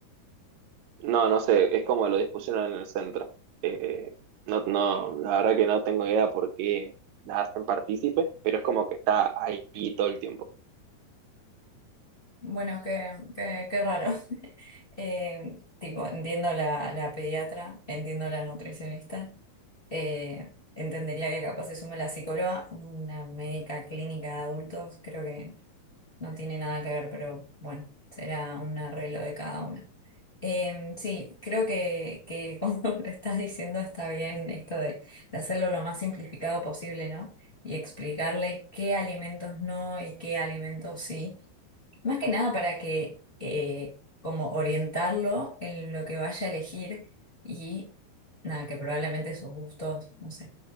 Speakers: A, on the right; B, on the left.
A: No, no sé, es como lo dispusieron en el centro. Eh, no, no, la verdad que no tengo idea por qué la hacen partícipe, pero es como que está ahí todo el tiempo.
B: Bueno, qué, qué- qué raro. <laughs> Eh, tipo, entiendo la, la pediatra, entiendo la nutricionista, eh, entendería que capaz se sume la psicóloga, una médica clínica de adultos, creo que no tiene nada que ver, pero bueno, será un arreglo de cada una. Eh, sí, creo que, que <laughs> como lo estás diciendo está bien esto de, de hacerlo lo más simplificado posible, ¿no? Y explicarle qué alimentos no y qué alimentos sí. Más que nada para que eh, como orientarlo en lo que vaya a elegir y nada, que probablemente sus gustos, no sé,